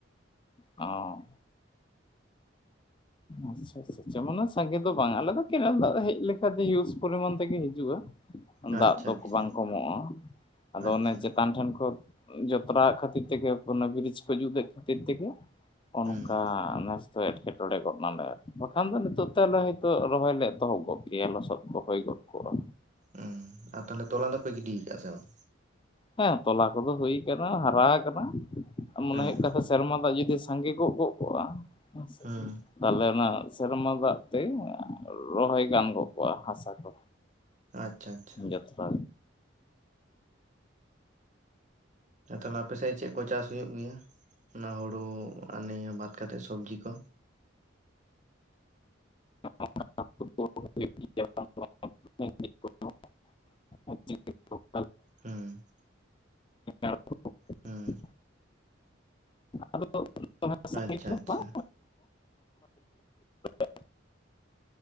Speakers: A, on the left (about 25°); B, on the right (about 40°).
A: ᱚᱻ ᱟᱪᱪᱷᱟ ᱟᱪᱪᱷᱟ ᱢᱟᱱᱮ ᱥᱟᱸᱜᱮ ᱫᱚ ᱵᱟᱝ ᱟᱞᱮ ᱫᱚ ᱠᱮᱱᱮᱞ ᱫᱟᱜ ᱦᱮᱡ ᱦᱤᱭᱩᱥ ᱯᱚᱨᱤᱟᱱ ᱛᱮᱜᱮ ᱦᱤᱡᱩᱜᱼᱟ᱾
B: ᱟᱪᱪᱷᱟ
A: ᱫᱟᱜ ᱫᱚ
B: ᱟᱪᱪᱷᱟ
A: ᱵᱟᱝ ᱠᱚᱢᱚᱜᱼᱟ ᱟᱫᱚ
B: ᱟᱪᱪᱷᱟ
A: ᱚᱱᱮ ᱪᱮᱛᱟᱱ ᱴᱷᱮᱱ ᱠᱷᱚᱱ ᱡᱚᱛᱨᱟ ᱠᱷᱟᱹᱛᱤᱨ ᱛᱮᱜᱮ ᱠᱚᱱ ᱵᱨᱤᱡᱽ ᱠᱚ ᱡᱩᱛ ᱮᱫ ᱠᱷᱟᱹᱛᱤᱨ ᱛᱮᱜᱮ ᱚᱱᱠᱟ
B: ᱦᱩᱸ
A: ᱛᱚ ᱮᱠᱮᱴᱚᱬᱮ ᱜᱚᱫ ᱚᱱᱟᱞᱮ ᱵᱟᱠᱷᱟᱱ ᱫᱚ ᱱᱤᱛᱚᱜ ᱛᱮ ᱟᱞᱮ ᱦᱭᱛᱳ ᱨᱚᱦᱚᱭ ᱞᱮ ᱮᱛᱚᱦᱚᱵ ᱜᱚᱫ ᱠᱮᱭᱟ ᱞᱚᱥᱚᱫ ᱠᱚ ᱦᱩᱭ ᱜᱚᱫ ᱠᱚᱜᱼᱟ᱾
B: ᱦᱩᱹᱻ ᱟᱨ ᱛᱟᱦᱚᱞᱮ ᱛᱚᱞᱟ ᱫᱚᱯᱮ ᱜᱤᱰᱤ ᱠᱟᱫᱟ ᱥᱮ ᱵᱟᱝ?.
A: ᱦᱮᱸ ᱛᱚᱞᱟ ᱠᱚᱫᱚ ᱦᱩᱭ ᱠᱟᱱᱟ ᱦᱟᱨᱟ ᱠᱟᱱᱟ ᱢᱚᱱᱮ
B: ᱦᱩᱸ
A: ᱦᱩᱭᱩᱜ ᱠᱟ ᱥᱮᱨᱢᱟ ᱫᱟᱜ ᱡᱩᱫᱤ ᱥᱟᱸᱜᱮ ᱠᱚᱜ ᱜᱚᱜ ᱠᱚᱜᱼᱟ ᱦᱮᱸ ᱥᱮ
B: ᱦᱩᱸ
A: ᱛᱟᱦᱚᱞᱮ ᱚᱱᱟ ᱥᱮᱨᱢᱟ ᱫᱟᱜ ᱛᱮ ᱨᱚᱦᱚᱭ ᱜᱟᱱ ᱜᱚᱫ ᱠᱳᱟ ᱦᱟᱥᱟ ᱠᱚ
B: ᱟᱪᱪᱷᱟ ᱟᱪᱪᱷᱟ
A: ᱡᱟᱛᱨᱟ
B: ᱛᱟᱦᱚᱞᱮ ᱟᱯᱮᱥᱮᱫ ᱪᱮᱫ ᱠᱚ ᱪᱟᱥ ᱦᱩᱭᱩᱜ ᱜᱮᱭᱟ ᱚᱱᱟ ᱦᱩᱲᱩ ᱟᱨ ᱱᱤᱭᱟᱹ ᱵᱟᱫ ᱠᱟᱛᱮᱫ ᱥᱚᱵᱡᱤ ᱠᱚ
A: <unintelligible> <unintelligible>
B: ᱦᱩᱸ
A: ᱟᱨ <inaudible>
B: ᱦᱩᱸ
A: ᱟᱫᱚ ᱥᱟᱺᱜᱤᱧ
B: ᱟᱪᱪᱷᱟ
A: ᱫᱚ
B: ᱟᱪᱪᱷᱟ
A: ᱵᱟᱝ <inaudible>